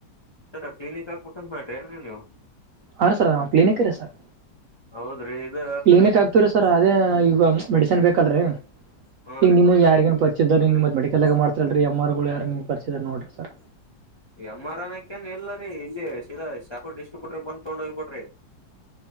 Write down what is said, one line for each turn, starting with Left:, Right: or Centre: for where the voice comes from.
Left: ಸರ ಕ್ಲಿನಿಕ್ ಹಾಕ್ಬೇಕಂತ ಮಾಡ್ರಿ ಏನ್ರರಿ ನೀವು.
Right: ಹ ರ ಸರ್ ಕ್ಲಿನಿಕ್ ರ ಸರ್
Left: ಹೌದ್ರಿ ಇದ
Right: ಕ್ಲಿನಿಕ್ ಆಗ. ಸರ್ ಅದೇ ಈಗ ಮೆಡಿಸನ್ ಬೇಕಲ್ರೀ
Left: ಹ್ಞೂ
Right: ಈಗ
Left: ರೀ
Right: ನಿಮ ಯಾರಿಗನ್ ಪ. ನಿ ಮತ್ ಮಡಿಕಲ್ದಗ ಮಾಡತತಿಲ್ರಿ ಎಮ್ರ್ ಗಳು ಯಾರ ಪರಿಚಿದ ನೋಡರಿ ಸರ್.
Left: ಎಮ್ ಆರ್ ಅನಕ್ಕಏನ್ ಎಲ್ಲ ರೀ ಇಲ್ಲಿಾ ಶಾಪೂರ ಡಿಸ್ಟ್ರಿಬ್ಯೂಟ್ರ ಬಂದು ತೊೊಂಡ ಹೋಗ್ಬ ಬಿಡ್ರಿ.